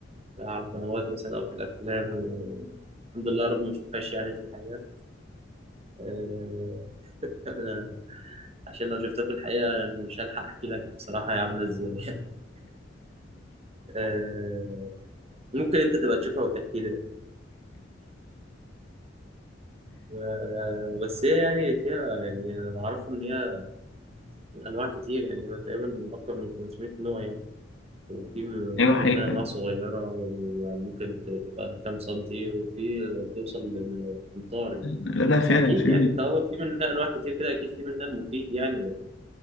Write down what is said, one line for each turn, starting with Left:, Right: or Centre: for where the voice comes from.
Right: على القنوات مثلا أو في الأفلام و... الحمد لله رب ما شفتهاش يعني في الحقيقة أه... <laughs> عشان لو شفتها في الحقيقة يعني مش هلحق أحكي لك بصراحة هي عاملة إزاي <laughs> أه... ممكن أنت تبقى تشوفها وتحكي لي أه... بس هي يعني فيها يعني أنا أعرف إن هي أنواع كتير يعني هو تقريبا أكتر من 500 نوع يعني وفي
Left: أيوة
Right: في
Left: حقيقة
Right: منها أنواع صغيرة يعني ممكن ت- تبقى كام سنتي وفي توصل لأمتار يعني
Left: لا لا فعلا
Right: بس أكيد
Left: في
Right: يعني طالما في منها أنواع كتير كده أكيد في منها المفيد يعني